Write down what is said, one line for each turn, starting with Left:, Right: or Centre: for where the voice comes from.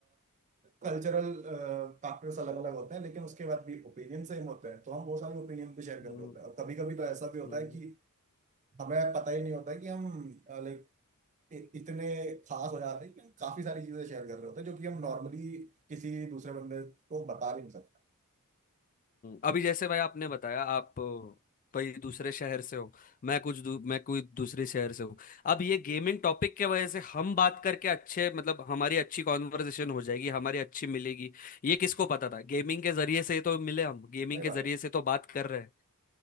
Right: कल्चरल फैक्टर्स अलग अलग होते हैं लेकिन उसके बाद भी ओपिनियन सेम होते हैं तो हम वो सारे ओपिनियन भी शेयर करते
Left: हम्म,
Right: होते हैं और कभी कभी तो ऐसा भी होता
Left: हम्म।
Right: है कि हमें पता ही नहीं होता कि हम लाइक इतने खास हो जाते हैं कि हम काफी सारी चीजें शेयर कर रहे होते हैं जो कि हम नॉर्मली किसी दूसरे बंदे को बता भी नहीं सकते
Left: अभी जैसे भाई आपने बताया आप अ, कोई दूसरे शहर से हो मैं कुछ दू, मैं कोई दूसरे शहर से हूँ अब ये गेमिंग टॉपिक के वजह से हम बात करके अच्छे मतलब हमारी अच्छी कॉन्वर्सेशन हो जाएगी हमारी अच्छी मिलेगी ये किसको पता था गेमिंग के जरिए से तो मिले हम गेमिंग
Right: सही बात
Left: के जरिए
Right: है
Left: से तो बात कर रहे हैं